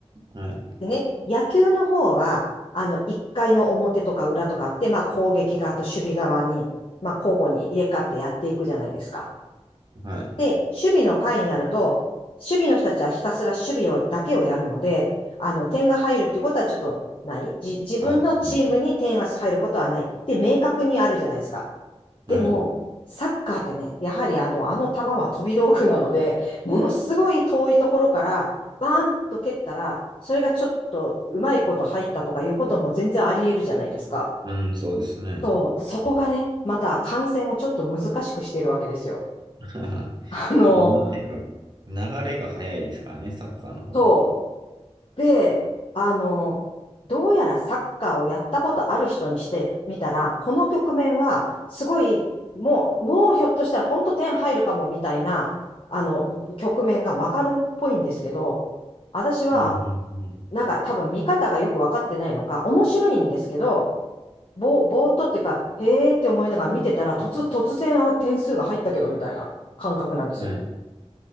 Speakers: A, on the right; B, on the left.
A: はい。
B: でね、野球の方は、あの、1回の表とか裏とかって、まあ攻撃側と守備側に、まあ交互に入れ替わってやっていくじゃないですか。
A: はい。
B: で、守備の回になると、守備の人たちはひたすら守備をだけをやるので、あの、点が入るっていうことはちょっとない。じ、自分のチームに点が入ることはない。
A: そうですね。
B: で、明確にあるじゃないですか。
A: はい。
B: でも、サッカーってね、やはりあの、あの球は飛び道具なので、ものすごい遠いところから、バーンと蹴ったら、それがちょっとうまいこと入ったとかいうことも全然あり得るじゃないですか。
A: うん、そうですね。
B: そう、そこがね、また観戦をちょっと難しくしてるわけですよ。
A: <laughs>
B: あの、
A: あ、なんていうか、流れが早いですからね、サッカーの方が。
B: そうで、あの、どうやらサッカーをやったことある人にしてみたら、この局面は、すごい、もう、もうひょっとしたら本当点入るかもみたいな、あの、局面がわかるっぽいんですけど、私は、
A: うん、うん、うん。
B: なんか多分見方がよくわかってないのか、面白いんですけど、ぼ、ぼーっとっていうか、へーって思いながら見てたら、突、突然、あ、点数が入ったけどみたいな感覚なんですよ。
A: はい。はい。